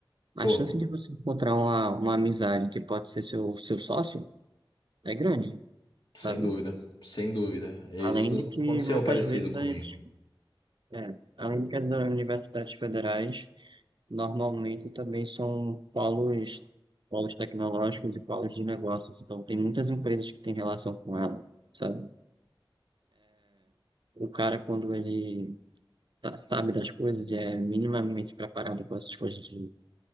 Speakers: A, on the right (about 60°); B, on the left (about 55°).
A: a
B: Pô,
A: chance de você encontrar uma, uma amizade que pode ser seu, seu sócio é grande,
B: sem
A: sabe?
B: dúvida, sem dúvida. Isso
A: Além de que
B: aconteceu
A: muitas
B: parecido
A: vezes,
B: comigo.
A: as, é, além de que as universidades federais normalmente também são polos, polos tecnológicos e polos de negócios, então tem muitas empresas que têm relação com ela, sabe? O cara, quando ele tá- sabe das coisas, é minimamente preparado com essas coisas de